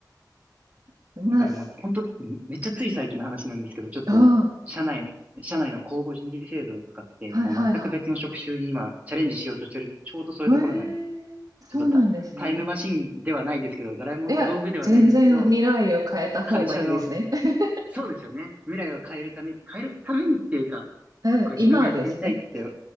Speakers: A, on the right (about 55°); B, on the right (about 20°).
A: <laughs> まあ、
B: だからもう本当、
A: す
B: めっちゃつい最近の話なんですけど、ちょっと、
A: うん。は
B: 社内、社内の公募人事制度を使って、
A: いはいは
B: もう全く別の職種に今、チャレンジしようとしてる、ちょうどそういうところなんです。
A: い。ええそうなんですね。
B: ちょっとタ、タイムマシンではないですけど、ドラえもんの道具ではないですけど、
A: いや、全然未来を変えた方がいいですね。
B: 会社の、
A: <laughs>
B: そうですよね。未来を変えるため、変えるためにっていうか、
A: うん、
B: こう自分がやってみたいって
A: 今ですね。